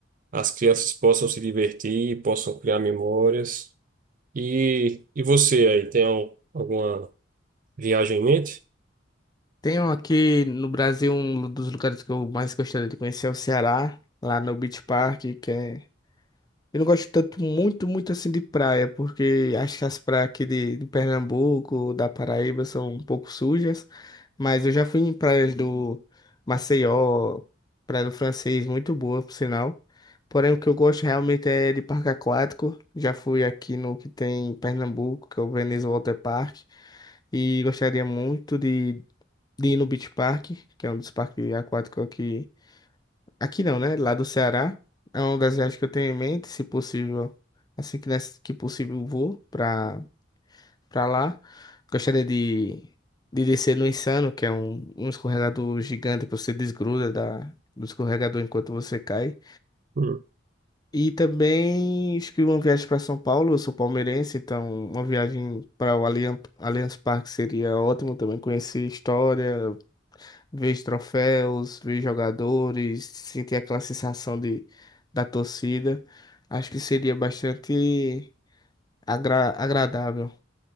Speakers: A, on the right; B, on the left.
A: as crianças possam se divertir, possam criar memórias. E, e você aí, tem al- alguma viagem em mente?
B: Tenho aqui no Brasil um dos lugares que eu mais gostaria de conhecer é o Ceará, lá no Beach Park, que é Eu não gosto tanto, muito, muito assim de praia, porque acho que as praias aqui de, de Pernambuco, da Paraíba, são um pouco sujas. Mas eu já fui em praias do Maceió, Praia do Francês, muito boa, por sinal. Porém, o que eu gosto realmente é de parque aquático. Já fui aqui no que tem em Pernambuco, que é o Veneza Water Park. E gostaria muito de, de ir no Beach Park, que é um dos parques aquáticos aqui Aqui não, né? Lá do Ceará. É uma das viagens que eu tenho em mente, se possível, assim que, nessa, que possível eu vou pra, pra lá. Gostaria de, de descer no Insano, que é um, um escorregador gigante que você desgruda da, do escorregador enquanto você cai.
A: Hum,
B: E também acho que uma viagem para São Paulo, eu sou palmeirense, então uma viagem para o Allianz, Allianz Parque seria ótimo também conhecer história, ver os troféus, ver os jogadores, sentir aquela sensação de, da torcida. Acho que seria bastante agra- agradável,